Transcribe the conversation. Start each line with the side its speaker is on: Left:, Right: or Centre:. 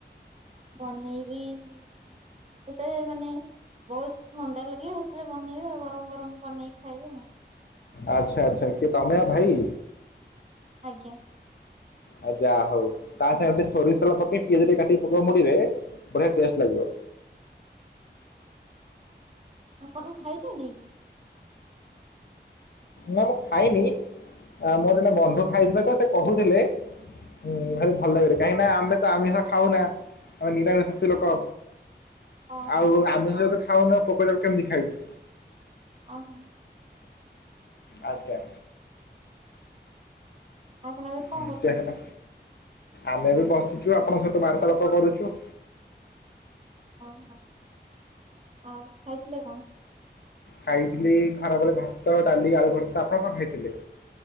Right: ବନେଇବି ଯେତେବେଳେ ମାନେ ବହୁତ ଥଣ୍ଡା ଲାଗିବ ହେତେବେଳେ ବନେଇବି ଆଉ ଗରମ ଗରମ ବନେଇକି ଖାଇବି ଆଉ।
Left: ଆଚ୍ଛା ଆଚ୍ଛା କିଏ ତମେ ଆଉ ଭାଇ?
Right: ଆଜ୍ଞା।
Left: ଆ ଯାହା ହଉ ତା ସାଙ୍ଗେରେ ଟିକେ ସୋରିଷ ତେଲ ପକେଇ ପିଆଜ ଟିକେ କାଟିକି ପକେଇବ ମୁଢ଼ିରେ ବଢ଼ିଆ ଟେଷ୍ଟ ଲାଗିବ।
Right: ଆପଣ କଣ ଖାଇଚନ୍ତି?
Left: ନା ମୁଁ ଖାଇନି ଆ ମୋର ଜଣେ ବନ୍ଧୁ ଖାଇଥିଲେ ତ ସେ କହୁଥିଲେ। ହୁଁ ଭାରି ଭଲ ଲାଗେରେ କାହିଁକି ନା ଆମେ ତ ଆମିଷ ଖାଉନା। ଆଉ ନିରାମିଷାସି ଲୋକ
Right: ହଁ ହଁ
Left: ଆଉ ଆମିଷ ତ ଖାଉନୁ ଆଉ ପୋକ ଜୋକ କେମତି ଖାଇବୁ।
Right: ଅହୋ।
Left: ଆଜ୍ଞା
Right: ଆପଣ ଏବେ କଣ
Left: ଇଁ
Right: କରୁଛନ୍ତି
Left: ତିଆ ହେଲା ଆମେ ବି ବସିଚୁ ଆପଣଙ୍କ ସହିତ ବାର୍ତ୍ତାଳପ କରୁଚୁ।
Right: ଓହୋ ଆଉ ଖାଇଥିଲେ କଣ?
Left: ଖାଇଥିଲି ଖରାବଳେ ଭାତ, ଡାଲି, ଆଳୁ ଭର୍ତ୍ତା। ଆପଣ କଣ ଖାଇଥିଲେ?